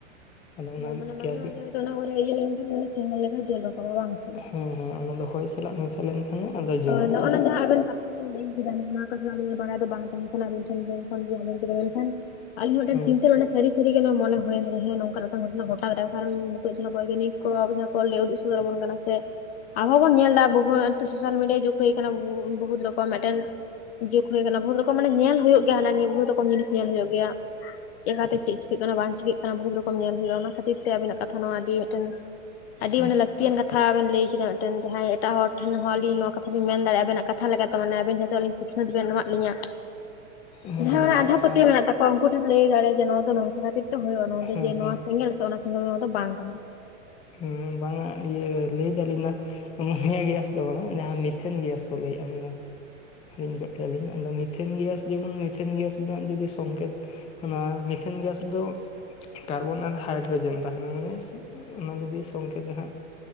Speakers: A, on the left (about 15°); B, on the left (about 55°).
A: ᱟᱫᱚ ᱚᱱᱟ
B: ᱢᱟᱱᱮ ᱢᱟᱡᱷᱮ
A: ᱜᱮᱥ
B: ᱢᱟᱡᱷᱮ ᱦᱚᱭ ᱛᱚ ᱚᱱᱟ ᱠᱚᱨᱮ ᱤᱭᱟᱹ ᱞᱮᱱ ᱠᱷᱟᱱ ᱢᱟᱱᱮ ᱥᱮᱸᱜᱮᱞ ᱞᱮᱠᱟ ᱡᱳᱞ ᱨᱟᱠᱟᱵᱟ ᱵᱟᱝ᱾ ᱥᱮ
A: ᱦᱩᱸ ᱦᱩᱸ ᱚᱱᱟ ᱫᱚ ᱦᱚᱭ ᱥᱟᱞᱟᱜ ᱢᱮᱥᱟ ᱞᱮᱱᱠᱷᱟᱱ ᱟᱫᱚ ᱡᱳᱞᱳᱜ-ᱟ
B: ᱦᱳᱭ ᱱᱚᱜᱼᱚᱱᱟ
A: ᱵᱩᱡᱷᱟᱹᱣ᱾
B: ᱡᱟᱦᱟᱸ ᱵᱤᱱ ᱞᱟᱹᱭ ᱠᱮᱫᱟ ᱱᱚᱱᱟ ᱠᱟᱛᱷᱟ ᱟᱹᱞᱤᱧᱟᱜ ᱵᱟᱲᱟᱭ ᱫᱚ ᱵᱟᱝ ᱛᱟᱦᱮᱸ ᱠᱟᱱᱟ᱾ ᱟᱵᱤᱱ ᱴᱷᱮᱱ ᱜᱮ ᱠᱷᱚᱱ ᱜᱮ ᱟᱸᱡᱚᱢ ᱞᱮᱫᱟ, ᱢᱮᱱ ᱠᱷᱟᱱ ᱟᱹᱞᱤᱧ ᱦᱚᱸ ᱢᱤᱫᱴᱮᱱ
A: ᱦᱮᱸ
B: ᱪᱤᱱᱛᱟᱹ ᱨᱮ ᱢᱟᱱᱮ ᱥᱟᱹᱨᱤ ᱥᱟᱹᱨᱤ ᱜᱮ ᱱᱚᱣᱟ ᱢᱚᱱᱮ ᱦᱳᱭᱮᱱ ᱨᱮ ᱦᱮᱸ ᱱᱚᱝᱠᱟᱱᱟᱜ ᱛᱚ ᱜᱷᱚᱴᱱᱟ ᱜᱷᱚᱴᱟᱣ ᱫᱟᱲᱮᱭᱟᱜ-ᱟ᱾ ᱠᱟᱨᱚᱱ ᱱᱤᱛᱚᱜ ᱡᱟᱦᱟᱸ ᱵᱚᱭᱜᱟᱱᱤᱠ ᱠᱚ ᱟᱵᱤᱱᱟᱜ ᱠᱚ ᱞᱮ ᱩᱫᱩᱜ ᱥᱚᱫᱚᱨᱟ ᱵᱚᱱ ᱠᱟᱱᱟ᱾ ᱥᱮ ᱟᱨᱦᱚᱸ ᱵᱚᱱ ᱧᱮᱞ ᱫᱟ <unintelligible> ᱛᱚ ᱥᱳᱥᱟᱞ ᱢᱤᱰᱤᱭᱟ ᱡᱩᱜᱽ ᱦᱳᱭ ᱠᱟᱱᱟ᱾ ᱵᱚᱦᱩᱛ ᱨᱚᱠᱚᱢ ᱢᱤᱫᱴᱮᱱ ᱡᱩᱜᱽ ᱦᱳᱭ ᱠᱟᱱᱟ᱾ ᱵᱚᱦᱩᱛ ᱨᱚᱠᱚᱢ ᱢᱟᱱᱮ ᱧᱮᱞ ᱦᱩᱭᱩᱜ ᱜᱮᱭᱟ ᱦᱟᱱᱟ ᱱᱤᱭᱟᱹ ᱠᱚᱜᱮ ᱵᱚᱦᱩᱛ ᱨᱚᱠᱚᱢ ᱡᱤᱱᱤᱥ ᱧᱮᱞ ᱦᱳᱭᱳᱜ ᱜᱮᱭᱟ᱾ ᱪᱮᱜ ᱠᱟᱛᱮ ᱪᱮᱜ ᱪᱤᱠᱟᱹᱜ ᱠᱟᱱᱟ, ᱵᱟᱝ ᱪᱤᱠᱟᱹᱜ ᱠᱟᱱᱟ ᱵᱚᱦᱩᱛ ᱨᱚ- ᱠᱚᱢ ᱧᱮᱞ ᱦᱩᱭᱩᱜ-ᱟ᱾ ᱚᱱᱟ ᱠᱷᱟᱹᱛᱤᱨ ᱛᱮ ᱟᱵᱤᱱᱟᱜ ᱠᱟᱛᱷᱟ ᱱᱚᱣᱟ ᱟᱹᱰᱤ ᱢᱮᱜᱴᱮᱱ ᱟᱹᱰᱤ
A: ᱦᱮᱸ
B: ᱢᱟᱱᱮ ᱞᱟᱹᱠᱛᱤᱭᱟᱱ ᱠᱟ- ᱛᱷᱟ ᱵᱮᱱ ᱞᱟᱹᱭ ᱠᱮᱫᱟ ᱢᱤᱜᱴᱮᱱ ᱡᱟᱦᱟᱸᱭ ᱮᱴᱟᱜ ᱦᱚᱲ ᱴᱷᱮᱱ ᱦᱚᱸ ᱟᱹᱞᱤᱧ ᱱᱚᱣᱟ ᱠᱟᱛᱷᱟᱞᱤᱧ ᱢᱮᱱ ᱫᱟᱲᱮᱭᱟᱜ-ᱟ᱾ ᱟᱵᱮᱱᱟᱜ ᱠᱟᱛᱷᱟ ᱞᱮᱠᱟᱛᱮ, ᱢᱟᱱᱮ ᱟᱵᱮᱱ ᱡᱮᱦᱮᱛᱩ ᱟᱹᱞᱤᱧ ᱥᱤᱠᱷᱱᱟᱹᱛ ᱵᱮᱱ ᱮᱢᱟᱜ ᱞᱤᱧᱟ᱾
A: ᱦᱮᱸ
B: ᱡᱟᱦᱟᱸ
A: ᱦᱮᱸ
B: ᱟᱸᱫᱷᱟ ᱯᱟᱹᱛᱤᱭᱟᱹᱣ
A: ᱟᱨ
B: ᱢᱮᱱᱟᱜ ᱛᱚ ᱩᱱᱠᱩ ᱴᱷᱮᱱ ᱞᱟᱹᱭ ᱫᱟᱲᱮᱭ ᱟᱡᱮ ᱱᱚᱣᱟ ᱫᱚ ᱱᱚᱝᱠᱟ ᱠᱷᱟᱹᱛᱤᱨ ᱛᱮ ᱦᱳᱭᱳᱜ-ᱟ᱾ ᱱᱚᱣᱟ ᱫᱚ
A: ᱦᱮᱸ
B: ᱡᱮ
A: ᱦᱮᱸ
B: ᱱᱚᱣᱟ ᱥᱮᱸᱜᱮᱞ ᱥᱮ ᱚᱱᱟ ᱥᱮᱸᱜᱮᱞ ᱱᱚᱣᱟ ᱫᱚ ᱵᱟᱝ ᱠᱟᱱᱟ᱾
A: ᱦᱮᱸ ᱵᱟᱝᱟ ᱤᱭᱟᱹ ᱞᱟᱹᱭ ᱫᱟᱹᱞᱤᱧ ᱱᱟᱜ, ᱢᱚᱦᱮᱭᱟᱜ ᱜᱮᱥ ᱫᱚ ᱵᱟᱝ-ᱟ᱾ ᱡᱟᱦᱟᱸ ᱢᱤᱛᱷᱮᱱ ᱜᱮᱥ ᱠᱚ ᱞᱟᱹᱭᱮᱜ-ᱟ᱾ ᱚᱱᱟ ᱫᱚ ᱦᱤᱞᱤᱧ ᱜᱚᱜ ᱠᱮᱜ-ᱟ ᱞᱤᱧ, ᱟᱫᱚ ᱢᱤ- ᱢᱤᱛᱷᱮᱱ ᱜᱮᱥ ᱡᱮᱢᱚᱱ ᱢᱤᱛᱷᱮᱱ ᱜᱮᱥ ᱫᱚ ᱦᱟᱸᱜ ᱡᱩᱫᱤ ᱥᱚᱝᱠᱮᱯ ᱚᱱᱟ ᱢᱤᱛᱷᱮᱱ ᱜᱮᱥ ᱫᱚ ᱠᱟᱨᱵᱚᱱ ᱟᱨ ᱦᱟᱭᱰᱨᱳᱡᱮᱱ ᱛᱟᱦᱮᱸᱱᱟ ᱢᱟᱱᱮ ᱥᱮ ᱚᱱᱟ ᱡᱩᱫᱤ ᱥᱚᱝᱠᱮᱫ ᱦᱟᱸᱜ